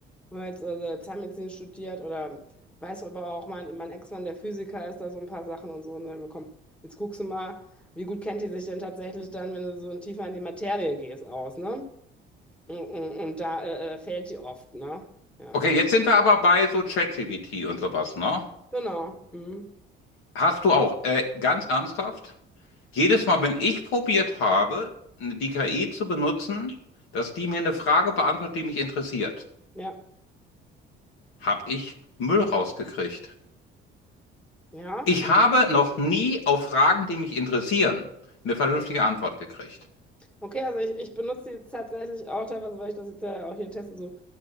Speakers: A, in the centre; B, on the left.
A: weil habe jetzt äh, Zahnmedizin studiert oder weiß aber auch, mein, mein Ex-Mann, der Physiker, ist da so ein paar Sachen und so. Und dann, komm, jetzt guckst du mal, wie gut kennt die sich denn tatsächlich dann, wenn du so tiefer in die Materie gehst, aus, ne? Und, und, und da äh, äh, fehlt die oft, ne? Ja,
B: Okay, jetzt sind wir aber bei so ChatGPT und sowas, ne?
A: genau. Mhm.
B: Hast du auch, äh, ganz ernsthaft, jedes Mal, wenn ich probiert habe, die KI zu benutzen, dass die mir eine Frage beantwortet, die mich interessiert.
A: Ja,
B: habe ich Müll rausgekriegt.
A: ja.
B: Ich
A: okay.
B: habe noch nie auf Fragen, die mich interessieren, eine vernünftige Antwort gekriegt.
A: Okay, also ich, ich benutze die jetzt tatsächlich auch teilweise, weil ich das jetzt ja auch hier teste, so